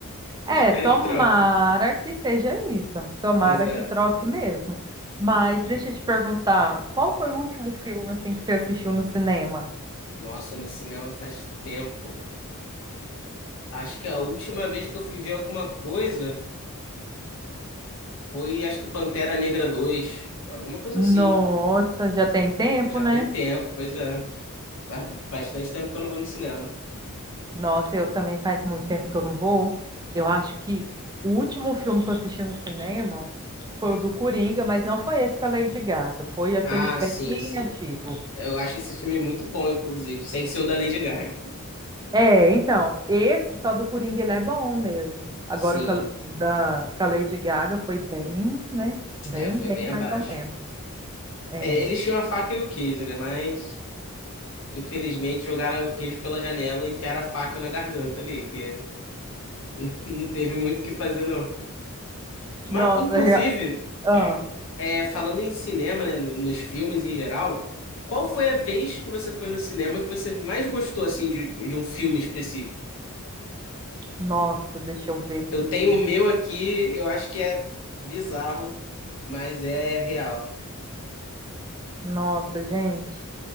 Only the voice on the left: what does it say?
Eu
espero
que troquem.
Pois é.
Nossa, no cinema faz tempo. Acho que a última vez que eu fui ver alguma coisa foi, acho que Pantera Negra 2 alguma coisa
assim.
Já
tem tempo, pois é. Faz bastante tempo que eu não vou no cinema.
Ah,
sim, sim.
Eu acho esse filme muito bom, inclusive, sem ser o da Lady Gaga.
Sim,
é, foi
bem abaixo.
É, eles tinham a faca e o queijo, né? Mas. Infelizmente, jogaram o queijo pela janela e enfiaram a faca na garganta ali, que <laughs> não teve muito o que fazer, não.
Mas, inclusive,
<clears throat> é, falando em cinema, né, no- nos filmes em geral, qual foi a vez que você foi no cinema que você mais gostou, assim, de, de um filme específico?
Eu
tenho o meu aqui, eu acho que é bizarro, mas é real.